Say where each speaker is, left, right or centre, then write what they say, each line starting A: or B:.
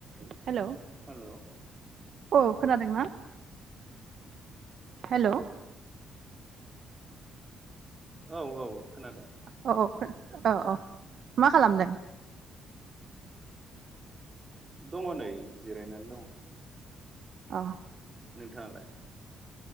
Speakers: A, on the right; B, on the right.
A: ज <inaudible> hello
B: hello
A: अ खोनादोंना हेल'
B: औ औ औ खोनादों
A: अ अ अ मा खालामदों
B: दङ नै जिरायनानै दङ
A: अ
B: नोंथाङालाय